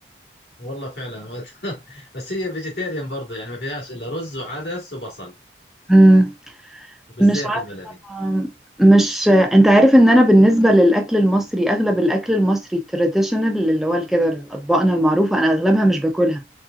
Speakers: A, on the left (about 65°); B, in the centre.
A: والله فعلا وقت <laughs> بس هي فيجيتيريان برضه يعني ما فيهاش الا رز وعدس وبصل
B: امم
A: وبالزيت
B: مش
A: البلدي
B: آم، مش انت عارف ان انا بالنسبه للاكل المصري اغلب الاكل المصري التراديشنال اللي هو كده اطباقنا المعروفه انا اغلبها مش باكلها